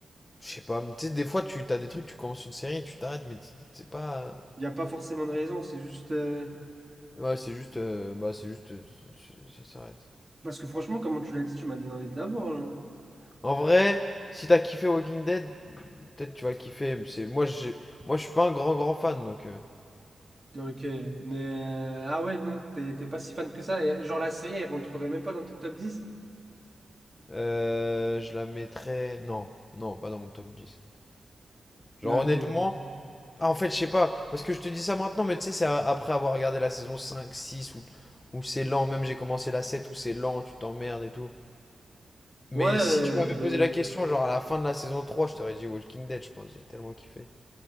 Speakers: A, on the left; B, on the right.
A: Je sais pas, mais tu sais, des fois, tu as des trucs, tu commences une série, tu t'arrêtes, mais c'est c'est pas.
B: Il n'y a pas forcément de raison, c'est juste... euh,
A: Ouais, c'est juste. euh, bah, c'est juste. euh, ça ça s'arrête.
B: Parce que franchement, comment tu l'as dit, tu m'as donné envie de la voir, là.
A: En vrai, si t'as kiffé Walking Dead, peut-être tu vas kiffer. C'est... Moi, j'ai... Moi, je suis pas un grand, grand fan, donc. euh,
B: Ok, mais... euh, Ah ouais, non, t'es t'es pas si fan que ça. Et genre, la série, elle rentrerait même pas dans ton top dix
A: euh, je la mettrais. Non, non, pas dans mon top dix Genre,
B: Ok.
A: honnêtement. Ah, en fait, je sais pas, parce que je te dis ça maintenant, mais tu sais, c'est a- après avoir regardé la saison 5 6 où, où c'est lent, même j'ai commencé la 7 où c'est lent, tu t'emmerdes et tout. Mais
B: Ouais, euh,
A: si tu m'avais
B: ben
A: posé la question, genre à la fin de la saison trois je t'aurais dit Walking Dead, je pense. J'ai tellement kiffé.